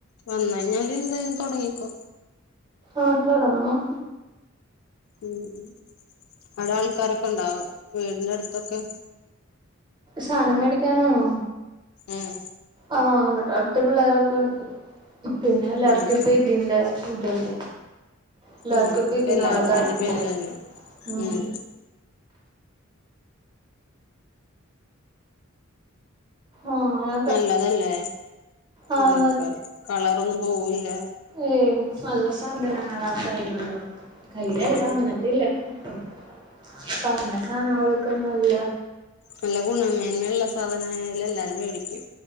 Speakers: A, on the left (about 85°); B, on the right (about 20°).
A: വന്നഞ്ഞാലും എന്തായാലും തുടങ്ങിക്കോ
B: ആഹ് തുടങ്ങണം
A: ഉം അടെ ആൾക്കാരൊക്കെണ്ടാവും വീടിന്റെ അടുത്തൊക്കെ?
B: സഥാനം മേടിക്കാനാണോ?
A: ഏഹ്
B: ആഹ് ഇവിടെ അടുത്ത പിള്ളേരൊക്കെണ്ട് പിന്നെ എല്ലാർക്കും
A: ഉം
B: ഇപ്പ ഇതിന്റെ ഇതല്ല എല്ലാവർക്കുംപ്പതിനതിനോട
A: ഉം എല്ലാരും
B: താല്പര്യം
A: ഇതിന്റെ പേരിൽ തന്നെ
B: മ്
A: ഉം
B: ആഹ് അതൊക്കെ
A: നല്ലതല്ലേ
B: ആഹ്
A: ഇതൊക്കെ കളറ ഒന്നും പോവില്ല
B: ഏഹ് നല്ല സാധനങ്ങള ആഹ് കയ്യിലുള്ളതൊക്കെ കയ്യിലെല്ലാം
A: ഉം
B: വന്നി പറഞ്ഞ സാധനങ്ങക്കൊന്നും ല്ല
A: നല്ല ഗുണമേന്മയുള്ള സാധനയാലേ എല്ലാരും മേടിക്ക